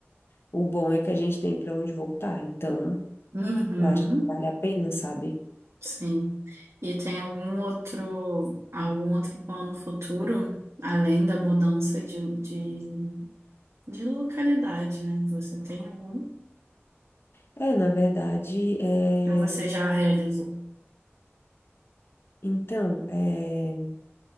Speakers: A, on the left; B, on the right.
A: O bom é que a gente tem para onde voltar. Então,
B: Uhum,
A: Eu acho que vale a pena, sabe?
B: sim. E tem algum outro, algum outro plano futuro, além da mudança de, de, de localidade, né? Você tem algum?
A: É, na verdade, é,
B: Ou você já realizou?
A: então, é,